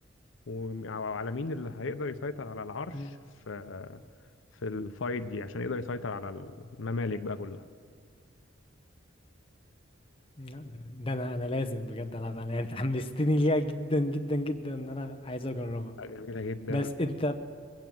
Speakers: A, on the left (about 80°); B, on the left (about 30°).
A: وعلى مين اللي هيقدر يسيطر على العرش
B: امم
A: في في الفايت دي عشان يقدر يسيطر على الممالك بقى كلها
B: لا، ده ده انا انا لازم بجد العبها انا انت حمستني ليها جدا جدا جدا ان انا عايز اجربها
A: جميلة جدا
B: بس انت